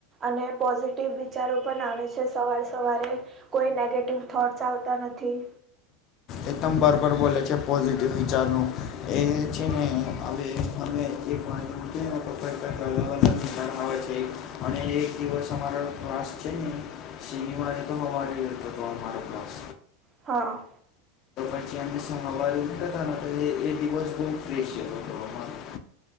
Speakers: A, on the right (about 30°); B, on the left (about 45°).
A: અને પોઝિટિવ વિચારો પણ આવે છે સવારે સવારે કોઈ નેગેટિવ થોટસ આવતા નથી.
B: એ તમ બરબર બોલે છે પોઝિટિવ વિચારનું એ છે ને હવે હવે એ પણ <unintelligible> અલગ અલગ ધણ આવે છે અને એક દિવસ અમારા માસ છે ને <unintelligible>
A: હા.
B: આ સવારે ઉઠતા તાને તો એ દિવસ બહ ફ્રેશ જતો હતો. અમારો